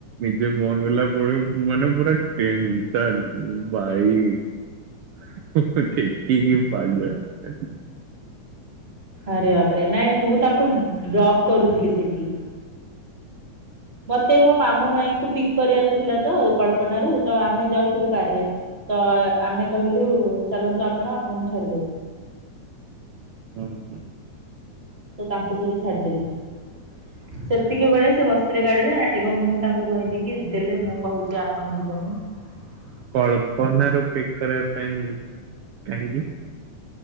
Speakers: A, on the right; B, on the right.
A: ନିଜେ ଫୋନ କଲା ପରେ ମାନେ ପୁରା ଟେନସନ୍। ଭାଇ ଠେକି କିି ପାଗେଳା।
B: ଆରେ ବାପରେ ନାଇଁ ମୁଁ ତାଙ୍କୁ ଡ୍ରପ୍ କରୁଥିଲି ସେଠି। ମତେ ମୋ ମାମୁଁ ମାଇଁଙ୍କୁ ପିକ କରିବାର ଥିଲା ତ କଳ୍ପନା ରୁ ତ ଆମେ ଯାଉଥିଲୁ କାର ରେ ତ ଆମେ କହିଲୁ ଚାଲନ୍ତୁ ଆପଣ ଆପଣଙ୍କୁ ଛାଡିଦବୁ।
A: ହଁ ହ।
B: ତ ତାଙ୍କୁ ସେଇଠି ଛାଡିଦେଲି। ସେତିକିବେଳେ ସେ ବସିଥିଲେ ଗାଡିରେ ଏବଂ ମୁଁ ତାଙ୍କୁ କହିଲି କି ଦେଲେ ମୁଁ କହୁଛି ଆପଣ ଯିବେନି। ହ <inaudible>
A: କଳ୍ପନା ରୁ ପିକ କରିବା ପାଇଁ କାହିଁକି?